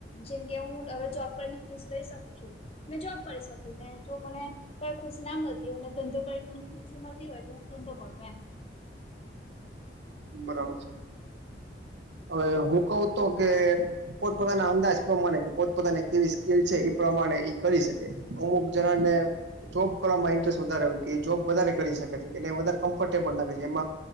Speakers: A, on the left; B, on the right.
A: જેમ કે હું હવે જોબ કરીને ખુશ રહી શકું છું. મેં જોબ કરી શકું ને જો મને કઈ ખુશી ના મળતી હોય ને ધંધો કરીને મને ખુશી મળતી હોય તો. ધંધો કરુ એમ.
B: બરાબર છે, હવે હું કવું તો કે પોતપોતાના અંદાજ પ્રમાણે કે પોતપતાની કેવી સ્કીલ છે એ પ્રમાણે કરી શકે, અમુક જણાને જોબ કરવામાં ઇન્ટરેસ્ટ વધારે હોય કે જોબ વધારે કરી શકે છે કે વધારે કમ્ફર્ટેબલ લાગે છે એમાં.